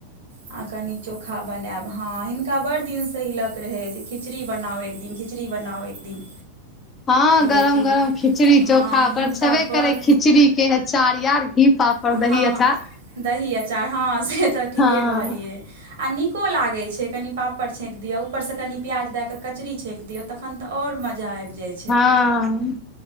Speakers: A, on the right; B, on the left.
A: आ कनि चोखा बनैब। हँ हिनका बड़ दिन स हिलक रहै, जे खिचड़ी बनाउ एक दिन, खिचड़ी बनाउ एक दिन।
B: हँ गरम-
A: लेकिन
B: गरम खिचड़ी
A: हँ
B: चोखा ओकर
A: हिनका
B: छेबे
A: बड़
B: करे खिचड़ी के है चार यार, घी पापड़
A: हँ
B: दही अचार
A: दही अचार, हँ से तऽ ठीके
B: हँ
A: कहलियै। आ नीको लागै छै, कनि पापड़ छेक दियौ, ऊपरसँ कनि प्याज दए कऽ कचड़ी छेक दियौ। तखन त और मजा आबि जाय।
B: हँ